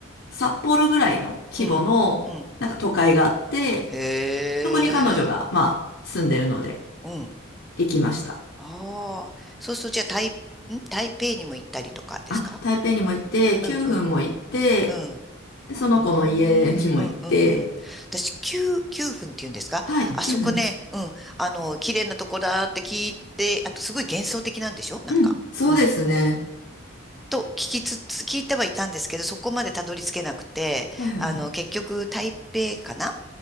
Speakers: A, on the left; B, in the centre.
A: 札幌ぐらいの規模のなんか都会があって、
B: うん、うん。へえ、
A: そこに彼女がまあ住んでるので
B: うん。
A: 行きました。
B: ああ、そうすると、じゃあ、台、ん台北にも行ったりとかですか
A: あ、台北にも行って、9分も行って、
B: うんうん、うん。
A: でその子の家にも行って、
B: うーん、うん、うん、うん。私、九、九分っていうんですかあそこね、
A: はい、9分です。
B: うん。あの、綺麗なとこだって聞いて、あと、すごい幻想的なんでしょなんか。
A: うん、そうですね。
B: うん。と聞きつつ、聞いてはいたんですけど、そこまでたどり着けなくて、
A: はいはいはい。
B: あの、結局、台北かな